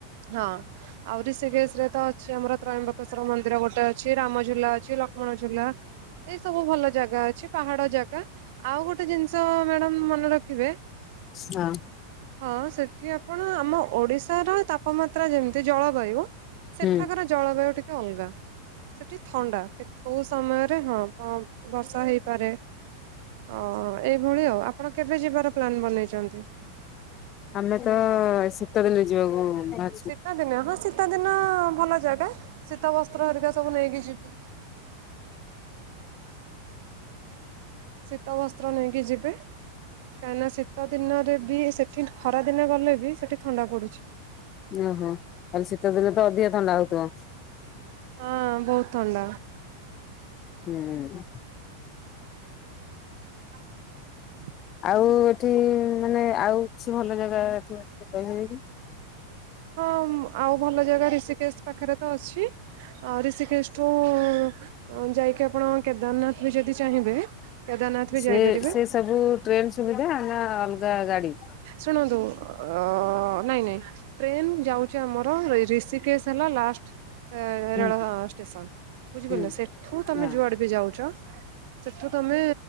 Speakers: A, on the right; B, on the left.
A: ହଁ ଆଉ ରିଷିକେଶ ରେ ତ ଅଛି ଆମର ତ୍ର୍ୟମ୍ବକେଶ୍ଵର ମନ୍ଦିର ଗୋଟେ ଅ ଛି ରାମଝୁଲା ଅଛି ଲକ୍ଷ୍ମଣ ଝୁଲା ଏଇ ସବୁ ଭଲ ଜାଗା ଅଛି, ପାହାଡ ଜାଗା। ଆଉ ଗୋଟେ ଜିନିଷ ମ୍ୟାଡାମ୍ ମନେ ରଖିବେ
B: ହଁ।
A: ହଁ ସେଠି ଆପଣ ଆମ ଓଡ଼ିଶାର ତାପମାତ୍ରା ଯେମିତି ଜଳବାୟୁ ସେଠାକାର
B: ହୁଁ
A: ଜଳବାୟୁ ଟିକେ ଅଲଗା ସେଠି ଥଣ୍ଡା। କେ କୋଉ ସମୟରେ ହଁ କମ ବର୍ଷା ହେଇପାରେ। ଅ ଏଇଭଳି ଆଉ, ଆପଣ କେବେ ଯିବାର ପ୍ଲାନ୍ ବନେଇଛନ୍ତି?
B: ଆମେ ତ ଶୀତ ଦିନେ ଯିବାକୁ ଉଁ, ବାହା
A: ଶୀତା ଦିନ ହଁ ଶୀତ ଦିନ ଭଲ ଜାଗା ଶୀତ ବସ୍ତ୍ର ହରିକା ସବୁ ନେଇକି ଯିବେ। ଶୀତ ବସ୍ତ୍ର ନେଇକି ଯିବେ। କାହିଁକି ନା ଶୀତ ଦିନରେ ବି ସେଠି ଖରା ଦିନ ଗଲେ ବି ସେଠି ଥଣ୍ଡା ପଡୁଛି।
B: ଓହୋ, ଆଉ ଶୀତଦିନେ ତ ଅଧିକା ଥଣ୍ଡା ହଉଥୁବ।
A: ହଁ ବହୁତ ଥଣ୍ଡା।
B: ହୁଁ।
A: <inaudible>
B: ଆଉ ଏଠି ମାନେ ଆଉ କିଛି ଭଲ ଜାଗା ଏଠି ଅଛି କହିପାରିବେ କି?
A: ହଁ ଉଁ, ଆଉ ଭଲ ଜାଗା ରିଷିକେଶ ପାଖରେ ତ ଅଛି। ଆଉ ରିଷିକେଶଠୁ ଅଁ, ଯାଇକି ଆପଣ କେଦାରନାଥ ବି ଯଦି ଚାହିଁବେ କେଦାରନାଥ ବି
B: ସେ
A: ଯାଇପାରିବେ
B: ସେ ସବୁ ଟ୍ରେନ୍ ସୁବିଧା ନା ଅଲଗା ଗାଡି?
A: ଶୁଣନ୍ତୁ ଅ, ନାଇଁ ନାଇଁ ଟ୍ରେନ୍ ଯାଉଛି ଆମର ରି-ରିଷିକେଶ ସେ ହେଲା ଲାଷ୍ଟ୍। ଏ
B: ହୁଁ
A: ରେଳ ଷ୍ଟେସନ୍ ବୁଝିପାରିଲ
B: ହୁଁ
A: ସେଠୁ ତୋମେ
B: ହଁ।
A: ଯୁଆଡେ ବି ଯାଉଚ ସେଠୁ ତୋମେ